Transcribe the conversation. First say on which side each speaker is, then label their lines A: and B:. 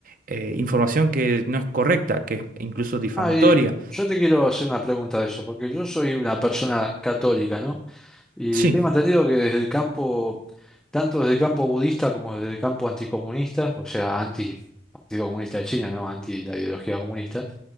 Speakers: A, on the right; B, in the centre.
A: eh, información que no es correcta, que es incluso difamatoria.
B: Ah, y yo te quiero hacer una pregunta de eso, porque yo soy una persona católica, ¿no? Y
A: Sí.
B: tengo entendido que desde el campo, tanto desde el campo budista como desde el campo anticomunista, o sea, anti, Partido Comunista de China, ¿no? Anti la ideología comunista,